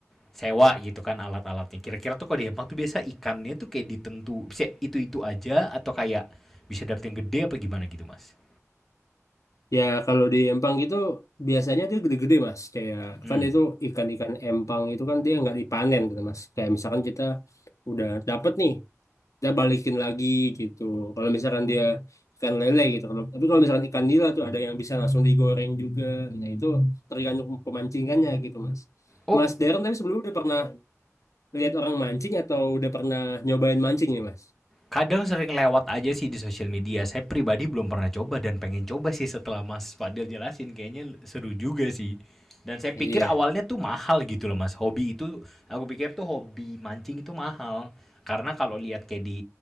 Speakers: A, in the centre; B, on the left (about 70°).
A: sewa gitu kan alat-alatnya. Kira-kira tuh kalau di Jepang tuh biasa ikannya tuh kayak ditentu bisa itu-itu aja atau kayak bisa dapet yang gede apa gimana gitu, Mas?
B: Ya kalau di Empang gitu biasanya dia gede-gede mas. Kayak
A: Hmm.
B: kan itu ikan-ikan Empang itu kan dia nggak dipanen gitu mas. Kayak misalkan kita udah dapet nih, kita balikin lagi gitu. Kalau misalkan dia ikan lele gitu. Kalau, tapi kalau misalkan ikan nila tuh ada yang bisa langsung digoreng juga. Nah itu tergantung pemancingannya gitu mas.
A: Oh,
B: Mas Darren tapi sebelumnya udah pernah lihat orang mancing atau udah pernah nyobain mancing nih mas?
A: kadang sering lewat aja sih di sosial media. Saya pribadi belum pernah coba dan pengen coba sih setelah Mas Fadil jelasin. Kayaknya seru juga sih. Dan saya pikir
B: Iya,
A: awalnya tuh mahal gitu loh mas. Hobi itu, aku pikir tuh hobi mancing itu mahal. Karena kalau lihat kayak di